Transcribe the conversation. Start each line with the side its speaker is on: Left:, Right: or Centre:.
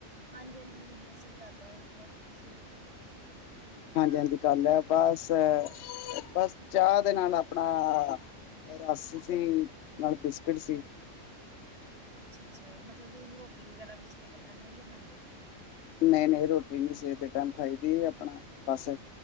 Right: ਹਾਂਜੀ ਅਸੀਂ ਕਰ ਲਿਆ। ਹੋਰ ਤੁਸੀਂ ਕੀ ਖਾ
Left: ਹਾਂਜੀ, ਹਾਂਜੀ
Right: ਕੀ
Left: ਕਰਲਿਆ
Right: ਬਣਾਇਆ
Left: ਬਸ, ਬਸ ਚਾਅ ਦੇ ਨਾਲ ਆਪਣਾ ਰਸ ਸੀ, ਨਾਲ ਬਿਸਕਿਟ ਸੀ।
Right: ਅੱਛਾ, ਅੱਛਾ ਮਤਲਬ ਤੁਸੀਂ ਰੋਟੀ ਵਗੈਰਾ ਸਵੇਰ ਦੇ ਟਾਈਮ ਨਹੀਂ ਜੇ ਖਾਂਦੇ?
Left: ਨਹੀਂ, ਨਹੀਂ ਰੋਟੀ ਨੀ ਸਵੇਰ ਦੇ ਟਾਈਮ ਖਾਈ ਦੀ ਆਪਣਾ, ਬਸ